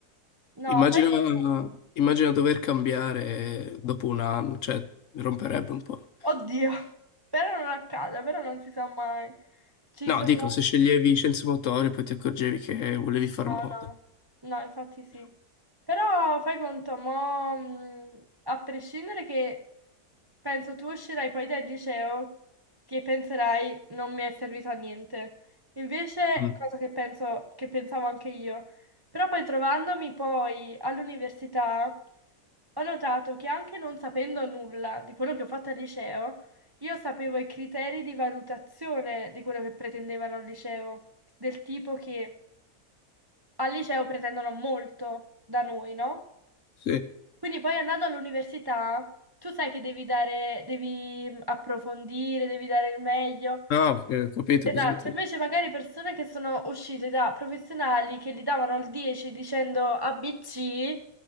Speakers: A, on the right; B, on the left.
A: No,
B: immagina,
A: fai conto.
B: immagina dover cambiare dopo un anno, cioè, romperebbe un po'.
A: Oddio, però non accada, però non si sa mai. Ci
B: No,
A: sono...
B: dico, se sceglievi scienze motorie poi ti accorgevi che volevi far
A: No,
B: moda.
A: no, no, infatti sì. Però fai conto, mo, mh, a prescindere che Penso tu uscirai poi dal liceo che penserai non mi è servito a niente. Invece,
B: Mm,
A: cosa che penso, che pensavo anche io. Però poi trovandomi poi all'università, ho notato che anche non sapendo nulla di quello che ho fatto al liceo, io sapevo i criteri di valutazione di quello che pretendevano al liceo, del tipo che al liceo pretendono molto da noi, no?
B: sì.
A: Quindi poi andando all'università, tu sai che devi dare, devi approfondire, devi dare il meglio.
B: Ah, ok, ho capito
A: Esatto,
B: cosa intendi.
A: invece magari persone che sono uscite da professionali che gli davano il 10 dicendo ABC,